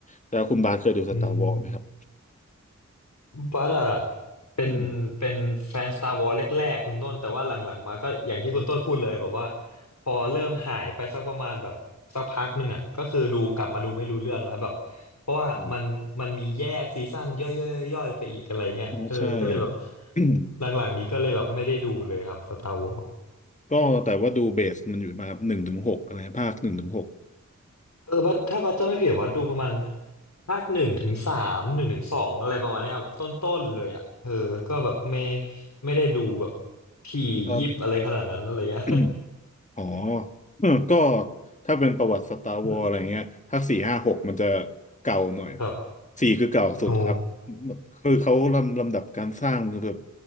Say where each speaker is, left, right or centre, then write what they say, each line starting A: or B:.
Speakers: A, on the left; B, on the left.
A: แล้วคุณบาสเคยดูสตาร์วอ
B: อืม
A: s ไหมครับ
B: บัสอะเป็นเป็นแฟน
A: อืม
B: Star Wars แรกๆคุณต้นแต่ว่าหลังๆมาก็อย่างที่คุณต้นพูดเลยแบบว่าพอเริ่มหายไปสักประมาณแบบสักพักหนึ่งอะก็คือดูกลับมาดูไม่รู้เรื่องแล้วแบบเพราะว่ามันมันมีแยกซีซั่นย่อ
A: โอ้
B: ยๆๆๆไปอีกอะไรเงี้ยเออก็เลยแบบ
A: โอ้ใช่ <coughs>
B: หลังๆนี้ก็เลยแบบไม่ได้ดูเลยครับ Star Wars
A: <clears throat> ก็แต่ว่าดูเบสมันอยู่มาหนึ่งถึงหกอะไรภาคหนึ่งถึงหก
B: เออบัดถ้าบัดจะไม่ผิดวัดดูประมาณภาคหนึ่งถึงสามหนึ่งถึงสองอะไรประมาณเนี้ยครับต้นๆเลยอ่ะเออก็แบบไม่ไม่ได้ดูแบบถี่ยิบอะไรขนาดนั้นอะไรเงี้ย
A: ครับ <coughs> <clears throat> อ๋อเออก็ถ้าเป็นประวัติสตาร์วอ
B: อืม
A: s
B: <laughs>
A: อะไรเงี้ยภาคสี่ห้าหกมันจะเก่าหน่อย
B: ครับ
A: สี่คือเก่าสุดครับ
B: โอ้
A: คือเขาลำลำดับการสร้างคือแบบ